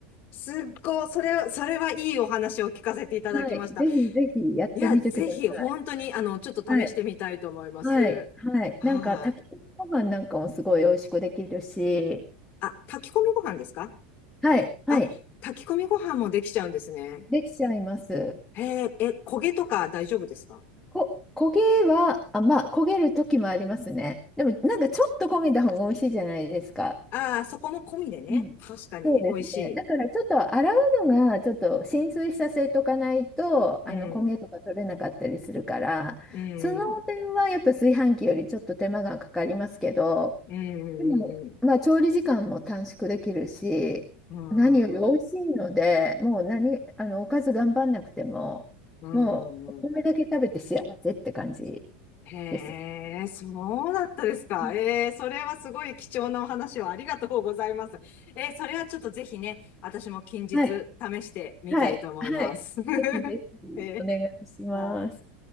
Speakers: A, on the left; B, in the centre.
A: すっごい、それは、それはいいお話を聞かせていただきました。
B: はいぜひぜひやってみてください
A: いや、ぜひ、本当に、あの、ちょっと試してみたいと思います。
B: はいはいはいなんか炊き込みご飯なんかもすごい美味しくできるし
A: はい。あ、炊き込みご飯ですか
B: はいはい
A: あ、炊き込みご飯もできちゃうんですね。
B: できちゃいます
A: へえ、え、焦げとか大丈夫ですか
B: こ焦げはあまあ焦げる時もありますねでもなんかちょっと焦げた方が美味しいじゃないですか
A: ああー、そこも込みでね。
B: うん、
A: 確かに、
B: そうですね。
A: 美味しい。
B: だからちょっと洗うのがちょっと浸水させとかないとあの焦げとか取れなかったりするからその点はやっぱ炊飯器よりちょっと手間がかかりますけど
A: うん。うん。うん。
B: でもまあ調理時間も短縮できるし何より美味しいのでもう何あのおかず頑張んなくてももうお米だけ食べて幸せって感じ
A: うん。うん。うん。うん。うん。うんへ
B: です。
A: え、そうだったですか。
B: うん
A: ええ、それはすごい貴重なお話をありがとうございます。ええ、それはちょっとぜひね、私も近日試してみたいと思います。
B: はい、はい、はい。ぜひぜひお願いします。
A: <laughs> ええ、はい。